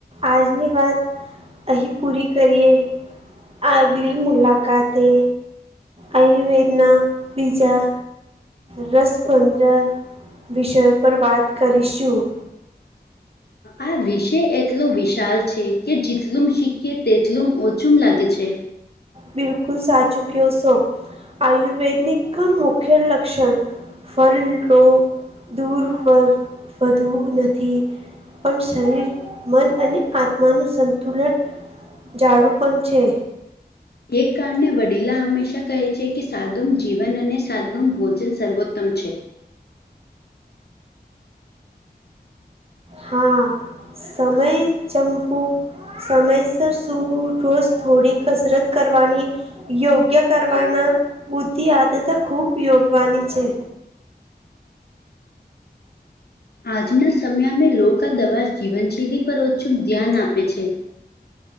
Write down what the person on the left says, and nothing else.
આ વિષય એટલો વિશાલ છે કે જેટલુંમ શીખએ તેટલુંમ ઓછું લાગે છે.
એક કારણે વડીલા હંમેશા કહે છે કે સાદુમ જીવન અને સાદુમ ભોજન સર્વોત્તમ છે.
આજના સમયામાં લો આ દવા જીવનશૈલી પર ઓછું ધ્યાન આપે છે.